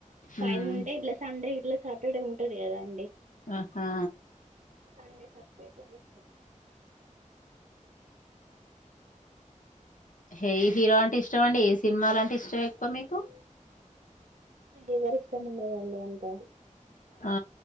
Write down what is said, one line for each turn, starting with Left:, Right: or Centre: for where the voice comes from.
Left: ఉమ్
Right: టైం ఉంటే ఇట్ల సండే ఇట్ల సాటర్డే ఉంటది కదా అండి
Left: ఆహా
Right: అప్పుడు సండే సపరేటుగా చూస్తాం
Left: ఏ హీరో అంటే ఇష్టం అండి ఏ సినిమాలు అంటే ఇష్టం ఎక్కువ మీకు
Right: ఎవరు ఇష్టం ఉండదండి అంతా
Left: ఆ